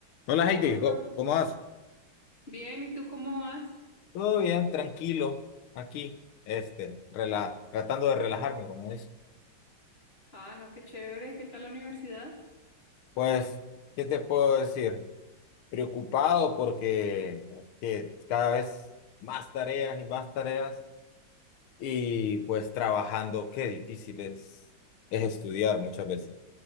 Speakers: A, on the left; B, on the left.
A: Hola Heidi,
B: Hola,
A: Co- ¿cómo vas?
B: bien, ¿y tú cómo vas?
A: Todo bien, tranquilo, aquí, este, rela- tratando de relajarme, como dice.
B: Ah, no, qué chévere, ¿qué tal la universidad?
A: Pues, ¿qué te puedo decir? Preocupado porque que cada vez más tareas y más tareas y pues trabajando, qué difícil es, es estudiar muchas veces.